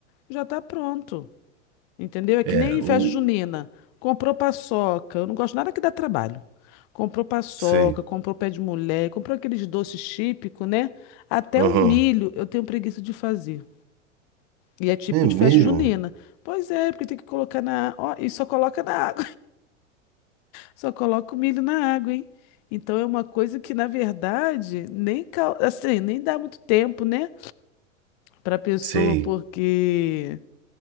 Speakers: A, on the left; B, on the right.
A: já tá pronto. Entendeu? É que
B: É,
A: nem em
B: o.
A: festa junina. Comprou paçoca. Eu não gosto nada que dá trabalho. Comprou paçoca,
B: Sei.
A: comprou pé de mulher, comprou aqueles doces típicos, né? Até
B: Aham.
A: o milho eu tenho preguiça de fazer. E é típico
B: É mesmo?
A: de festa junina. Pois é, porque tem que colocar na. Ó, e só coloca na. Só coloca o milho na água, hein? Então é uma coisa que, na verdade, nem, cau- assim, nem dá muito tempo, né? Pra pessoa,
B: Sei.
A: porque